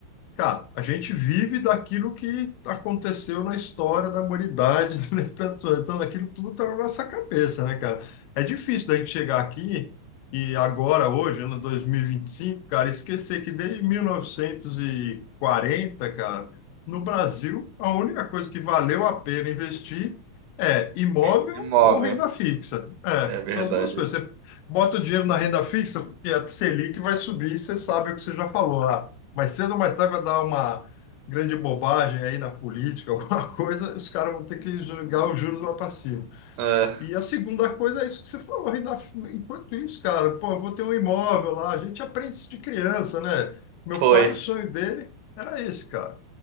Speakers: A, on the left (about 80°); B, on the right (about 85°).
A: Cara, a gente vive daquilo que aconteceu na história da humanidade <laughs> durante tantos anos. Então, aquilo tudo está na nossa cabeça, né, cara? É difícil da gente chegar aqui e agora, hoje, ano 2025, cara, esquecer que desde 1940, cara, no Brasil, a única coisa que valeu a pena investir é imóvel
B: I- Imóvel,
A: ou renda fixa. É,
B: é verdade.
A: são as duas coisas. Você bota o dinheiro na renda fixa, porque a Selic vai subir, você sabe o que você já falou. Mas cedo ou mais tarde vai dar uma grande bobagem aí na política, <laughs> alguma coisa, os caras vão ter que jogar os juros lá para cima.
B: É,
A: E a segunda coisa é isso que você falou, ainda, enquanto isso, cara, pô, eu vou ter um imóvel lá, a gente aprende isso de criança, né? Meu
B: foi.
A: pai, o sonho dele era esse, cara.